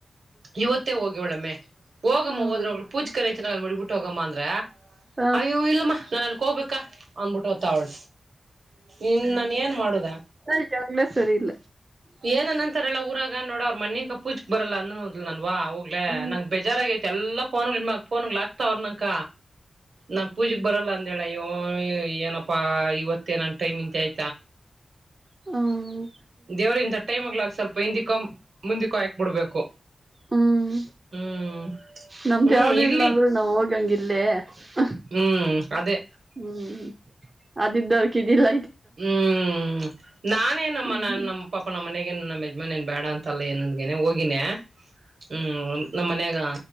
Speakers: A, on the right; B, on the right.
A: ಇವತ್ತೇ ಹೋಗವ್ಳಮ್ಮೆ ಹೋಗಮ್ಮ
B: ಹ್ಮ್
A: ಹೋದ್ರ ಅವ್ಳು ಪೂಜ್ಕ ಮುಡಿಬಿಟ್ಟು ಹೋಗಮ್ಮ ಅಂದ್ರೆ
B: ಹ
A: ಅಯ್ಯೋ ಇಲ್ಲಮ್ಮ ನಾನು ಅಲ್ಲಿಕೋಗ್ಬೇಕಾ ಅನ್ಬಿಟ್ಟ ಹೊತ ಅವಳ ಇನ್ ನನ್ ಏನ್ ಮಾಡುದ
B: <unintelligible> ಸರಿ ಇಲ್ಲ
A: ಏನ ಅನ್ನಂತಾರ್ ಹೇಳ ಊರಾಗ ನೋಡ ಅವ ಮಣಿನ್ಕ ಪೂಜಕ್ ಬರಲ್ಲ ಅನ್ನೋ ನನ್ವಾ ಹೋಗ್ಲೇ
B: ಹ್ಮ್
A: ನಂಗ ಬೇಜಾರಾಗೈತಿ ಎಲ್ಲಾಫೋನ್ಗಳ ಮ ನ್ಗ್ ಆಗ್ತಾವ್ರ ನಂಕ ನಾ ಪೂಜೀಕ್ ಬರಲ್ಲ ಅಂದೇಳ ಅಯ್ಯೋ ಏನಪ್ಪಾ ಇವತ್ತೆ ನನ್ ಟೈಮ್ ಇಂತ ಆಯ್
B: ಹೂಂ
A: ದೇವ್ರಿಂತ ಟೈಮಗ್ಲಾಗ್ ಸ್ವಲ್ಪ ಹಿಂದಿಕಂ ಮುಂದಕ್ಕೂ ಹಾಕ್ ಬಿಡ್ಬೇಕು
B: ಹ್ಮ್
A: ಹ್ಮ್
B: ನಮ್ದ್
A: ಹ್ಮ್
B: ಯಾವ್ದು
A: ಇಲ್ಲಿ
B: ಇಲ್ಲ ಅಂದ್ರು ನಾವ್ ಹೋಗಂಗಿಲ್ಲೇ <unintelligible>
A: ಹ್ಮ್ ಅದೇ
B: ಹ್ಮ್ ಅದಿದ್ದು ಅದಕಿದ್ದಿಲ್ಲ
A: ಹ್ಮ್ ನಾನೇ ನಮ್ಮ
B: ಹ್ಮ್
A: ನನ್ನ ನಮ್ಮ ಪಾಪ ನಮ್ಮನೆ ಹ ನಮ್ಮ ಯಜಾನ್ಏನ್ ಬೇಡ ಅಂತಲ್ಲ ನಂದ್ನೆ ಹೋಗಿನನೆ ಹ್ಮ್ ನಮ್ಮ್ ಮನ್ಯಾಗ